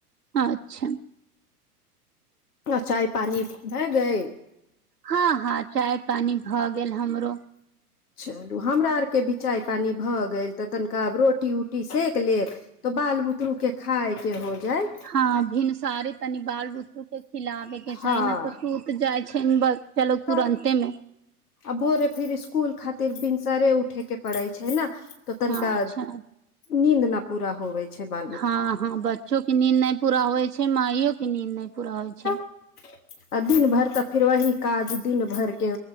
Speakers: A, on the right; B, on the left.
A: अच्छा
B: न चााय पानि भय गैल
A: हँ हँ चाय पानी भऽ गेल हमरो
B: चलू हमरा आरके बी चााय पानि भऽ गेल तऽ तनिका आब रोटी उटी सेक लेब तऽ बाल बुतरू के खााय के हो जाय
A: आ भिन तारिफ तनि बाल बुसरू के खिलाबे के
B: हँ
A: चाही ने तऽ सुत जाय छैय बच्चा लोग तुरन्ते
B: तऽ
A: मे
B: आ भोरे फिर इसकुल खातिर भिनसरे उठे के पड़ै छैय न तऽ तनिका
A: अच्छा
B: नींद न पूरा होवे छैय ब
A: हँ हँ बच्चो के नींद नय पूरा होइ छै माइयो के नीद नहि पूरा होइ छै
B: <unintelligible> आ दिन भर तऽ फेर वही काज दिन भर के